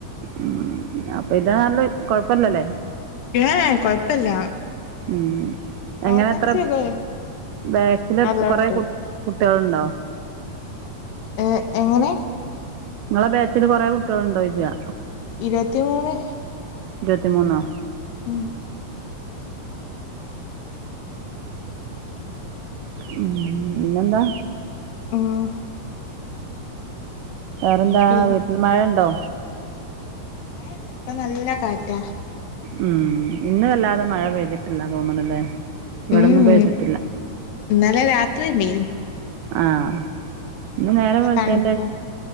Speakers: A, on the right; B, on the left.
A: ഉം അപ്പൊ ഇതാ നല്ലേ കൊഴപ്പില്ലല്ലേ
B: ഏയ് കൊഴപ്പല്ല
A: ഉ
B: വേക്കൻസി
A: എങ്ങനെത്ര
B: ഒക്കെ
A: ബാച്ചിലത്ര
B: നല്ലോണ്ട്
A: കുട്ടിളുണ്ടോ
B: ഏ എങ്ങനെ
A: നിങ്ങളെ ബേച്ചില് കുറെ കുട്ടിളുണ്ടോ ചോദിച്ചാ
B: ഇരുപത്തിമൂന്ന്
A: ഇരുപത്തിമൂന്നോ
B: ഉം
A: ഉ പിന്നെന്താ
B: ഉം
A: വേറെന്താ
B: പി
A: വീട്ടിൽ മഴണ്ടോ
B: മഴല്ല ഇപ്പ നല്ല കാറ്റാ
A: ഉം ഇന്ന് വല്ലാതെ മഴ പെയ്തിട്ടില്ലന്ന് തോന്നണില്ലേ ഇവിടന്നും
B: ഉം
A: പെയ്തിട്ടില്ല
B: ഇന്നലെ രാത്രിയുണ്ടെനിം
A: ആഹ് ഇന്ന് നേരം
B: നല്ല
A: വെളുത്തെന്റെഷം
B: തണുപ്പും